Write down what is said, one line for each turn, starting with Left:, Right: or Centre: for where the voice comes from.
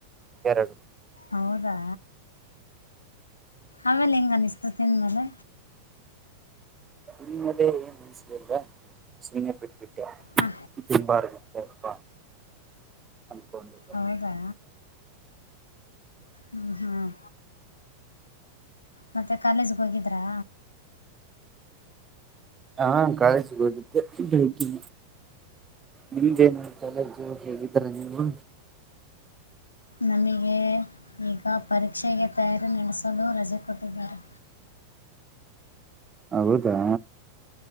Right: ಎರಡು.
Left: ಹೌದಾ ಆಮೇಲೆ ಹೆಂಗ ಅನಿಸ್ತು ತಿಂದ್ಮೇಲೆ.
Right: ತಿಂದ ಮೇಲೆ ಏನ್ ಅನಿಸಬೇಕ ಸುಮ್ಮನೆ ಬಿಟ್ಟ್ ಬಿಟ್ಟೆ.
Left: ಹಾ
Right: ತುಂಬಾಗತಪ್ಪ ಅನ್ಕೊಂಡು.
Left: ಹೌದಾ ಹ್ಮ್ ಹ್ಮ್ ಮತ್ತೆ ಕಾಲೇಜ್ಗ್ ಹೋಗಿದ್ರಾ.
Right: ಹಾ ಕಾಲೇಜಿಗ ಹೊಗಿದ್ದೇ ಬೆಂಕಿ. ನಿಮ್ದೇನ್ ಕಾಲೇಜು ಹೊಗಿದ್ದರ ನೀವು.
Left: ನಮಗೆ ಈಗ ಪರೀಕ್ಷೆಗೆ ತಯಾರಿ ನಡೆಸಲು ರಜೆ ಕೊಟ್ಟಿದ್ದಾರೆ.
Right: ಹೌದಾ